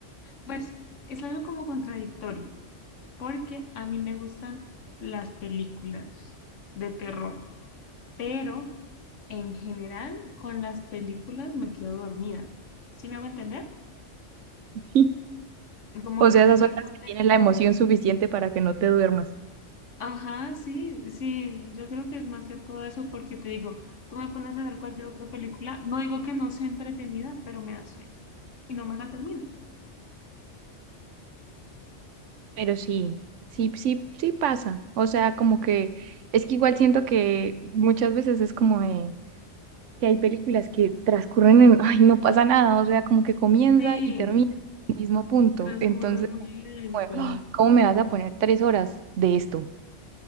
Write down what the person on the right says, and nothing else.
<laughs>
O
sea,
esas
son
las que tienen la emoción suficiente para que no te duermas.
Pero sí, sí, sí, sí pasa. O sea, como que es que igual siento que muchas veces es como de que hay películas que transcurren en, ay, no pasa nada, o sea, como que comienza
y termina en el mismo punto.
Entonces,
como de, "Ah, ¿cómo me vas a poner tres horas de esto?